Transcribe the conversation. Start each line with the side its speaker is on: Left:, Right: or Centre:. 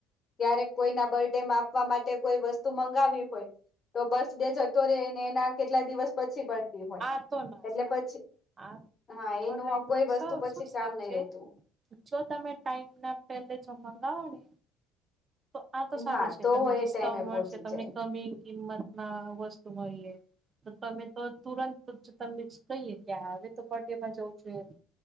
Left: ક્યારેક કોઈના બર્થડેમાં આપવા માટે કોઈ વસ્તુ મંગાવી હોય તો બર્થડે જ તો રે ને એના કેટલા દિવસ પછી પડતી હોય
Right: આ તો ના
Left: એટલે
Right: સારું
Left: પછી
Right: આ
Left: હા એનું
Right: ઓનલાઈન
Left: કોઈ
Right: નું તો
Left: વસ્તુ
Right: સારું
Left: પછી
Right: શું
Left: કામ
Right: સારું
Left: નઈ
Right: છે
Left: રેતું.
Right: જો તમે ટાઈમના પેલે જો મંગાવોને તો આ તો સારું
Left: હા
Right: છે
Left: તો
Right: તમને ડિસ્કાઉન્ટ
Left: એ ટાઈમે પહોંચી
Right: મળશે, તમને
Left: જાય
Right: કમી કિંમત ના વસ્તુ મળીએ તો તમે તો તુરંત તમને કહીએ કે આ હવે તો બર્થડેમાં જવું જોઈએ.